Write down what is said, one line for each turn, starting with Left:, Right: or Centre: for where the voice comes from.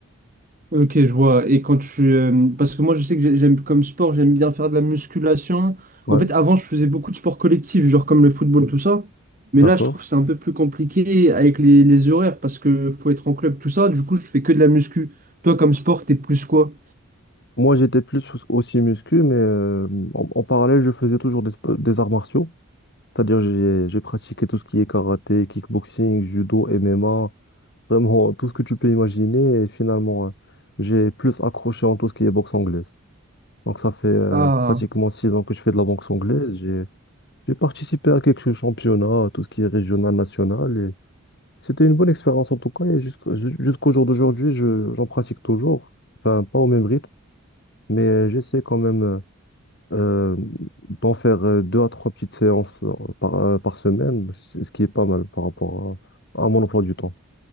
Right: Ok, je vois. Et quand tu... euh, parce que moi, je sais que j'ai- j'aime comme sport, j'aime bien faire de la musculation.
Left: Ouais,
Right: En fait, avant, je faisais beaucoup de sports collectifs, genre comme le football, tout ça. Mais
Left: d'accord.
Right: là, je trouve que c'est un peu plus compliqué avec les, les horaires parce que faut être en club, tout ça. Du coup, je fais que de la muscu. Toi, comme sport, t'es plus quoi?
Left: Moi, j'étais plus au- aussi muscu, mais euh, en, en parallèle, je faisais toujours des, spo- des arts martiaux. C'est-à-dire, j'ai, j'ai pratiqué tout ce qui est karaté, kickboxing, judo, MMA, vraiment tout ce que tu peux imaginer. Et finalement, euh, j'ai plus accroché en tout ce qui est boxe anglaise. Donc ça fait euh,
Right: Ah.
Left: pratiquement six ans que je fais de la boxe anglaise. J'ai j'ai participé à quelques championnats, tout ce qui est régional, national. Et c'était une bonne expérience en tout cas. Et jusqu'au jusqu'au jour d'aujourd'hui, je, j'en pratique toujours. Enfin, pas au même rythme, mais j'essaie quand même euh, euh, d'en faire euh, deux à trois petites séances euh, par, euh, par semaine, c- ce qui est pas mal par rapport à, à mon emploi du temps.